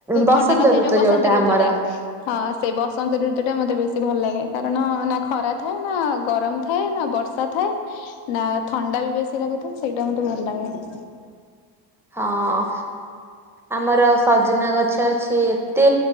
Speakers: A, in the centre; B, on the left.
A: ବସନ୍ତ
B: ଥଣ୍ଡା ନଥାଏ
A: ଋତୁ
B: ଯୋ ବସନ୍ତ
A: ଯୋଉଟା
B: ଋତୁ
A: ଆମର
B: ଟା ହଁ ସେଇ ବସନ୍ତ ଋତୁ ଟା ମୋତେ ବେଶୀ ଭଲ ଲାଗେ। କାରଣ ନା ଖରା ଥାଏ ନା ଗରମ ଥାଏ ନା ବର୍ଷା ଥାଏ ନା ଥଣ୍ଡା ବି ବେଶୀ ଲାଗୁଥାଏ ସେଇଟା ମୋତେ ଭଲ ଲାଗେ।
A: ହଁ ଆମର ସଜନା ଗଛ ଅ ଛି ଏତେ